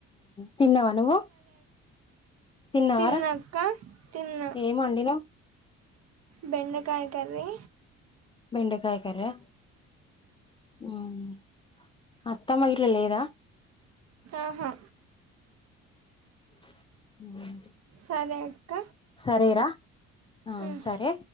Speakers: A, on the left; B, on the right.
A: తిన్నావా నువ్వు తిన్నవరా
B: తిన్నాక్క తిన్నా
A: ఏమ వండిలో
B: బెండకాయ కర్రీ
A: బెండకాయ క ఆ ఆ అత్తమ్మ ఇట్లా లేదా
B: ఆహా
A: అ
B: సరే అక్క
A: సరే రా ఆ
B: ఉమ్
A: సరే